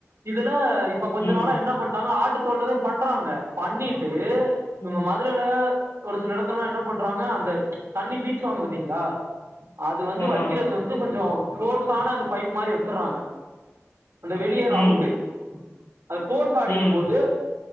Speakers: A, on the right; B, on the left.
A: இதுல இப் இப்ப கொஞ்ச
B: ம்
A: நாளா என்ன பண்டாங்க ஆட்டுத்தோல்லதா பண்றாங்க பண்ணிட்டு இவங்க
B: ம்
A: ம துரைல ஒரு சில எடத்துலல்லா என்னா பண்றாங்க அந்த தண்ணி பீச்சுவாங்க பாத்தீங்களா அது வந்து
B: ஆமா
A: வைக்கிறது வந்து கொஞ்ச போர்ஸான அந்த பைப் மாரி வச்சுறாங்க அந்த வெளியேர்
B: ம்
A: அவுட்டு அது போர்ஸ்ஸா அடிக்கும்
B: ம்
A: போது